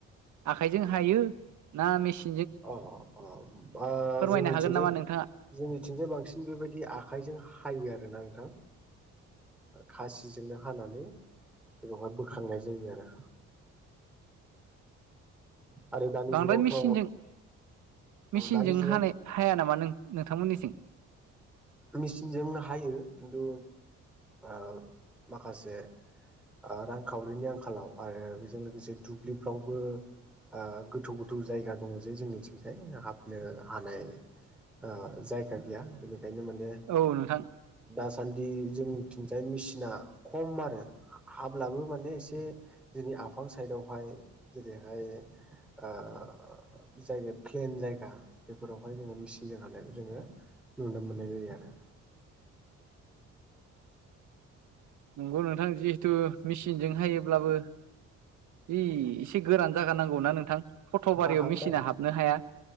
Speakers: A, on the right; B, in the centre.
A: आखायजों हायो ना मेसि-
B: अ अ ओ
A: फोरमायनो
B: जोंनिथिंजाय
A: हागोन नामा नोंथाङा
B: जोंनिथिंजाय बांसिन बेबायदि आखाइजों हायो आरोना नोंथां खासिजोंनो हानानै बेवहाय बोखांनाय जायो आरो <unintelligible> आरो दानि
A: बांद्राय
B: जुगावथ'
A: मेचिनजों मेचिनजों
B: दानि जुगाव
A: हानाय हाया नामा नों नोंथांमोननिथिं
B: मेचिनजों हायो खिन्थु ओ माखासे ओ रांखावरिनि आंखालावहाय ओ बेजों लोगोसे दुब्लिफ्रावबो ओ गोथौ गोथौ जायगा दङ जे जोंनिथिंजाय हाबनो हानाय ओ जायगा गैया बेनिखायनो माने
A: औ नोंथां
B: दासान्दि जोंनिथिं <unintelligible> मेचिना खम आरो हाब्लाबो माने एसे जोंनि आफां साइदआवहाय जेरैहाय ओ ओ जायगाया प्लेन जायगा बेफोरावहाय जोङो मेचिनजों हानायखौ जोङो नुनो मोननाय जायो आरो
A: नोंगौ नोंथां जिहेथु मेचिनजों हायोब्लाबो बे गोरान जागा नांगौना नोंथां फट'
B: हा
A: बारियाव
B: हा
A: मेचिना
B: मा होनदों
A: हाबनो हाया